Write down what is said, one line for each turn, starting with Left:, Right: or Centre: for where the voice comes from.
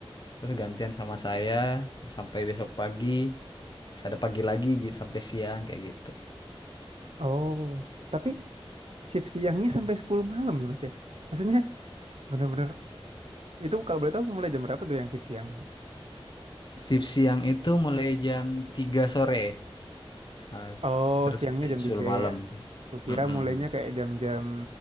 Left: terus gantian sama saya sampai besok pagi. Ada pagi lagi gi- sampai siang kayak gitu.
Right: Oh, tapi shift siangnya sampai 10 malam ya Mas ya? Maksudnya bener-bener itu kalau boleh tahu mulai jam berapa tuh yang shift siang?
Left: Shift siang itu mulai jam 3 sore. Nah,
Right: Oh,
Left: terus
Right: siangnya
Left: sampai jam
Right: jam
Left: 10
Right: 3
Left: malam.
Right: ya. Kukira
Left: Mm-mm.
Right: mulainya kayak jam-jam